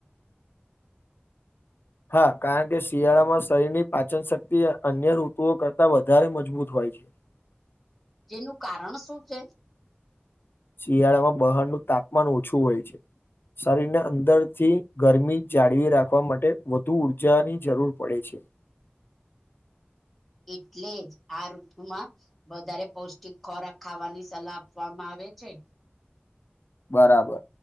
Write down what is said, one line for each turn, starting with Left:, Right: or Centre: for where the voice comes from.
Left: હા કારણ કે શિયાળામાં શરીરની પાચન શક્તિ અન્ય ઋતુઓ કરતા વધારે મજબૂત હોય છે.
Centre: જેનું કારણ શું છે?
Left: શિયાળામાં બહાળનું તાપમાન ઓછું હોય છે. શરીરને અંદરથી ગરમી જાળવી રાખવા માટે વધુ ઊર્જાની જરૂર પડે છે.
Centre: <unintelligible> એટલે જ આ ઋતુ માં વધારે પૌષ્ટિક ખોરાક ખાવાની સલાહ આપવામાં આવે છે.
Left: બરાબર.